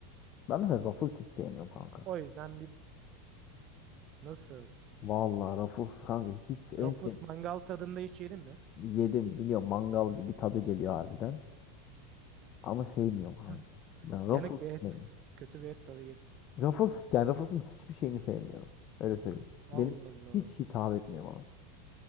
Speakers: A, on the left (about 40°); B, on the right (about 35°).
A: Ben mesela Ruffles hiç sevmiyorum kanka.
B: O yüzden bir nasıl?
A: Vallahi Ruffles kanka hiç en
B: Ruffles
A: sev
B: mangal tadında hiç yedin mi?
A: yedim biliyorum mangal gibi tadı geliyor harbiden. Ama sevmiyorum kanka.
B: <laughs>
A: Ben Ruffles
B: Yanık bir
A: sevmiyorum.
B: et. Kötü bir et tadı yedim.
A: Ruffles yani Ruffles'ın hiçbir şeyini sevmiyorum. Öyle söyleyeyim.
B: Allah
A: Benim
B: Allah.
A: hiç hitap etmiyor bana.